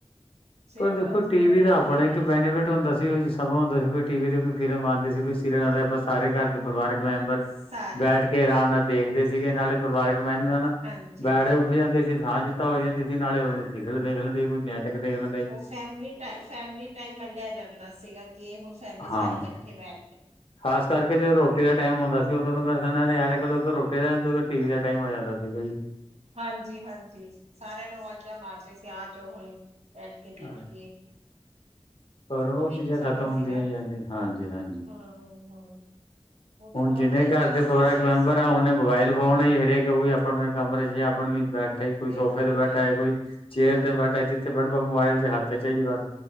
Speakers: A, on the right; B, on the left.
A: ਸਿਰਫ
B: ਪਰ ਦੇਖੋ
A: ਆਪਣੇ
B: ਟੀ ਵੀ ਦਾ
A: ਇੰਡੀਆ
B: ਆਪਣਾ
A: ਦੇ
B: ਇਕ ਬੈਨੀਫਿਟ ਹੁੰਦਾ
A: ਹਮ
B: ਸੀ ਉ ਜਿ- ਸਮਾਂ ਹੂਂਦਾ ਸੀ। ਕੋਈ ਟੀ ਵੀ ਕੋਈ ਫਿਲਮ ਆਂਦੀ ਸੀ, ਸੀਰੀਅਲ ਆਦੇ ਆਪਾ ਸਾਰੇ ਘਰ ਦੇ ਪਰਿਵਾਰਕ ਮੈਬਰ
A: ਸਾਰੇ
B: ਬੈਠ ਕੇ ਆਰਾਮ ਨਾਲ ਦੇਖਦੇ ਸੀਗੇ ਨਾਲੇ ਪਰਿਵਾਰਕ ਮੈਬਰਾ ਨਾਲ
A: ਹਾਂਜੀ
B: ਬੈਠ ਕੇ- ਉਠ ਜਾਦੇ ਸੀ ਸਾਂਝਤਾ ਹੋ ਜਾਦੀ ਸੀ ਨਾਲੇ ਉਹਨੂੰ ਸੀਰੀਅਲ ਦੇਖ ਲੈਂਦੇ ਈ ਕੋਈ ਨਾਟਕ ਦੇਖ ਲੈਦਾ ਈ।
A: ਫੈਮਲੀ ਟੈ ਫੈਮਿਲੀ ਟੈਮ ਮੰਨਿਆ ਜਾਂਦਾ ਸੀਗਾ ਕਿ ਹੁਣ ਫੈਮਿਲੀ
B: ਹਾਂ।
A: ਸਾਰੇ ਕਠੇ ਬੈਂਣ
B: ਖਾਸ ਕਰਕੇ ਜਦੋ ਰੋਟੀ ਦਾ ਟੈਮ ਹੁੰਦਾ। ਉਦੋ ਮੇਰੇ ਸਮੇ ਉਧਰ ਰੋਟੀ ਦਾ ਟੈਮ ਤੇ ਉਧਰ ਟੀ ਵੀ ਦਾ ਟੈਮ ਹੋ ਜਾਦਾ ਸੀਗਾ ਜੀ।
A: ਹਾਂਜੀ-ਹਾਂਜੀ ਸਾਰਿਆਂ ਨੂੰ ਵਾਜਾ ਮਾਰਦੇ ਸੀ ਆ ਜਾਓ ਹੁਣ ਬੈਠ ਕੇ
B: ਜੀ।
A: ਦੇਖੀਏ।
B: ਪਰ ਹੁਣ
A: ਓ
B: ਉਹ
A: ਵੀ
B: ਚੀਜ਼ਾਂ
A: ਇਕ ਸਮਾਂ
B: ਖਤਮ ਹੁੰਦੀਆਂ
A: ਸੀਗਾ
B: ਜਾਂਦੀ ਹਾਂਜੀ ਹਾਂਜੀ
A: ਹਾਂ-ਹਾਂ। ਉਹ ਤਾਂ
B: ਹੁਣ
A: ਬਹੁਤ
B: ਜਿਨੇ
A: ਹੀ
B: ਘਰ
A: ਅੱਛਾ
B: ਦੇ
A: ਪ੍ਰੇਸ਼ੀਅਸ
B: ਪਰਿਵਾਰਕ ਮੈਂਬਰ
A: ਸਮਾਂ
B: ਆ ਉਨੇ
A: ਸੀ
B: ਮੋਬਾਇਲ ਫੋਨ ਈ ਹਰੇਕ ਈ ਆਪਣੇ ਕਮਰੇ 'ਚ ਆਪਣੇ ਵੀ ਬੈਠਾ ਕੋਈ
A: ਬਿਲਕੁਲ
B: ਸੋਫੇ ਤੇ ਬੈਠਾ
A: ਜੀ
B: ਕੋਈ ਚੇਅਰ ਤੇ ਬੈਠਾ ਜਿਥੇ ਬੈਠ ਮੋਬਾਇਲ ਹੱਥ 'ਚ ਜੀ ਬਸ